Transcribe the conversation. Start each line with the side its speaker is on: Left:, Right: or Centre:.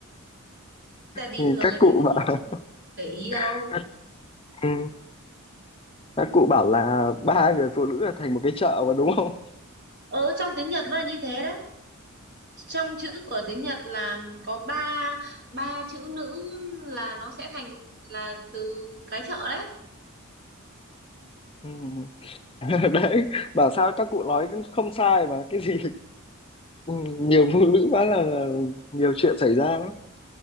Right: tại vì
Left: Ừ,
Right: thường
Left: các
Right: người đàn
Left: cụ
Right: ông
Left: bảo <laughs>
Right: để ý đâu
Left: các, ừ, các cụ bảo là ba người phụ nữ là thành một cái chợ mà đúng không
Right: ừ trong tiếng Nhật nó là như thế đấy trong chữ của tiếng Nhật là có ba ba chữ nữ là nó sẽ thành là từ cái chợ đấy
Left: Ừ. <laughs> Đấy, bảo sao các cụ nói cũng không sai mà cái gì ừ, nhiều phụ nữ quá là, là nhiều chuyện xảy ra lắm.